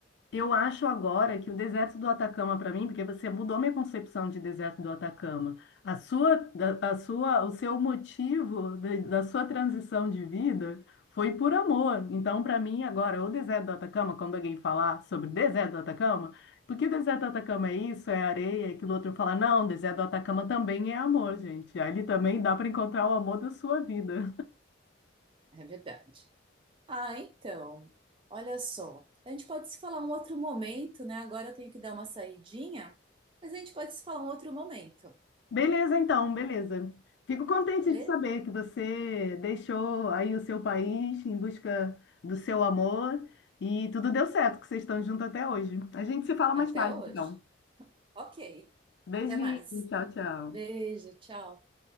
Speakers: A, on the left; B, on the right.
A: eu acho agora que o deserto do Atacama para mim, porque você mudou minha concepção de deserto do Atacama. A sua, a, a sua, o seu motivo de- da sua transição de vida foi por amor. Então, para mim agora, o deserto do Atacama, quando alguém falar sobre o deserto do Atacama, porque o deserto do Atacama é isso, é areia, é aquilo outro fala, não, o deserto do Atacama também é amor, gente. Ali também dá para encontrar o amor da sua vida.
B: É verdade. Ah, então, olha só. A gente pode se falar um outro momento, né? Agora eu tenho que dar uma saidinha, mas a gente pode se falar um outro momento,
A: Beleza, então, beleza. Fico contente
B: beleza?
A: de saber que você deixou aí o seu país em busca do seu amor e tudo deu certo, que vocês estão juntos até hoje. A gente se fala
B: Até
A: mais tarde,
B: hoje.
A: então.
B: Ok.
A: Beijinho,
B: Até mais.
A: tchau, tchau.
B: Beijo, tchau.